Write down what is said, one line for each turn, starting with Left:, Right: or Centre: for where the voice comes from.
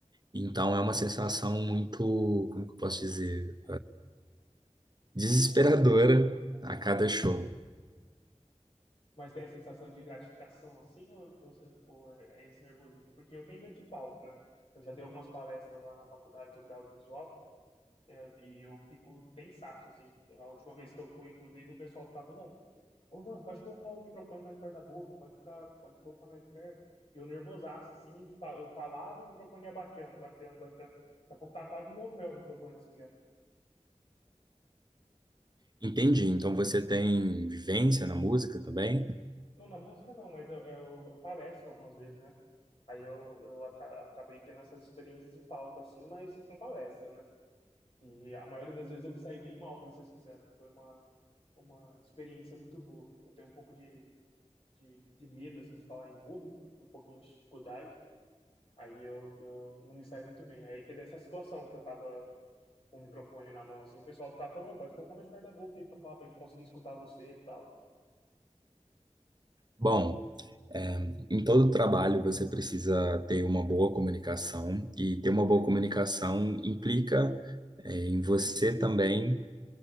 Right: Então é uma sensação muito, como que eu posso dizer, desesperadora a cada show.
Left: Mas tem a sensação de gratificação, assim, ou, ou, ou é é esse nervosismo? Porque eu tenho medo de palco, né? Eu já dei algumas palestras lá na faculdade sobre audiovisual, É, e eu fico tensaço, assim. É A última vez que eu fui, inclusive, o pessoal ficava toda. Ô, mano, pode colocar o microfone mais perto da boca, pode ficar, pode colocar mais perto. E eu nervosaço, assim, fa- eu falava, o microfone ia baixando, baixando, baixando. Daqui a pouco tá quase no meu pé o microfone, assim, já.
Right: Entendi. Então você tem vivência na música também?
Left: Não, na música não, mas eu, eu, eu palestro algumas vezes, né? Aí eu, eu aca- acabei tendo essas experiências de palco, assim, mas com palestra, né? E a maioria das vezes eu me saí bem mal, pra ser sincero, né? Foi uma, uma experiência muito boa. Eu tenho um pouco de de, de medo, assim, de falar em público, um pouquinho de dificuldade. Aí eu, eu não me saí muito bem. Aí teve essa situação que eu tava com o microfone na mão, assim, o pessoal ficava falando, "Ô, pode colocar mais perto da boca aí pra falar, pra gente conseguir escutar você e tal.
Right: Bom, É, Em todo trabalho, você precisa ter uma boa comunicação, e ter uma boa comunicação implica, eh, em você também